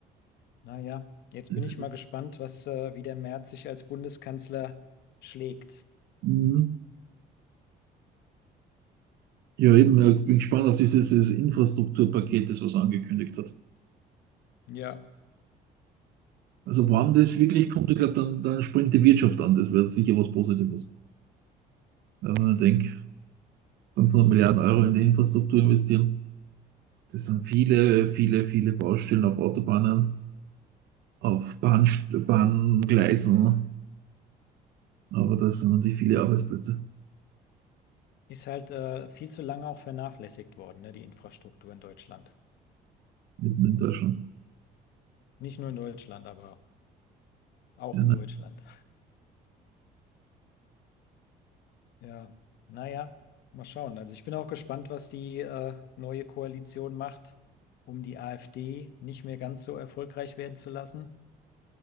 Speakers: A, on the left (about 75°); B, on the right (about 75°).
A: Naja, jetzt
B: Das
A: bin ich mal gespannt, was, äh, wie der Merz sich als Bundeskanzler schlägt.
B: mhm. Ja, eben, ich bin gespannt auf dieses Infrastrukturpaket, das was angekündigt hat.
A: Ja,
B: Also wann das wirklich kommt, ich glaube, dann, dann springt die Wirtschaft an. Das wäre sicher was Positives. Ja, Wenn man denkt, 500 Milliarden Euro in die Infrastruktur investieren, das sind viele, viele, viele Baustellen auf Autobahnen, auf Bahn, Bahngleisen, aber das sind natürlich viele Arbeitsplätze
A: ist halt äh, viel zu lange auch vernachlässigt worden, ne, die Infrastruktur in Deutschland.
B: mitten in Deutschland.
A: Nicht nur in Deutschland, aber auch
B: Ja,
A: in
B: ne?
A: Deutschland. Ja, naja, mal schauen. Also ich bin auch gespannt, was die äh, neue Koalition macht, um die AfD nicht mehr ganz so erfolgreich werden zu lassen.